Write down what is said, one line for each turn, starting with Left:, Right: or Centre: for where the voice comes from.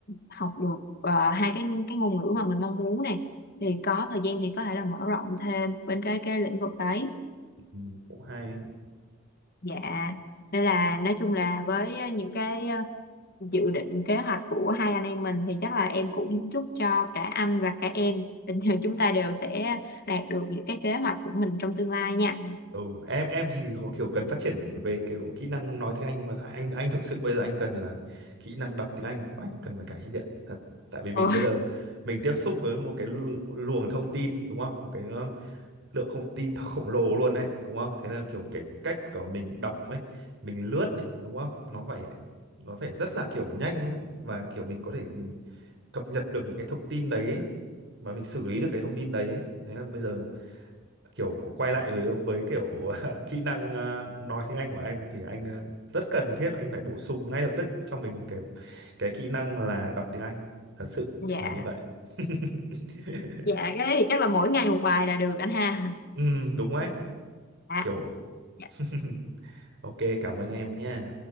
Left: học được ờ, hai cái cái ngôn ngữ mà mình mong muốn này thì có thời gian thì có thể là mở rộng thêm bên cái cái lĩnh vực đấy
Right: ừ, cũng hay.
Left: Dạ, nên là nói chung là với ờ, những cái ờ, dự định kế hoạch của hai anh em mình thì chắc là em cũng chúc cho cả anh và cả em tình <laughs> chúng ta đều sẽ đạt được những cái kế hoạch của mình trong tương lai nha.
Right: Ừ, em em thì có kiểu cần phát triển về kiểu kỹ năng nói tiếng Anh nhưng mà anh anh thực sự bây giờ anh cần là kỹ năng đọc tiếng Anh của anh cần phải cải thiện thật. Tại vì mình
Left: Ồ,
Right: bây giờ mình tiếp xúc với một cái lu- luồng thông tin đúng không? Một cái ờ, lượng thông tin nó khổng lồ luôn đấy đúng không thế là kiểu cái cách của mình đọc ấy mình lướt ấy đúng không nó phải nó phải rất là kiểu nhanh ấy. và kiểu mình có thể mình cập nhật được những cái thông tin đấy ấy. và mình xử lý được cái thông tin đấy ấy. đấy là bây giờ kiểu quay lại với với kiểu <laughs> kỹ năng ờ, nói tiếng Anh của anh thì anh ờ, rất cần thiết anh phải bổ sung ngay lập tức cho mình kiểu cái kỹ năng là đọc tiếng Anh thật sự
Left: dạ,
Right: là như vậy <laughs>
Left: dạ cái đấy thì chắc là mỗi ngày một bài là được anh ha.
Right: ừ, đúng đấy
Left: Dạ,
Right: kiểu
Left: dạ.
Right: <laughs> ok cảm ơn em nha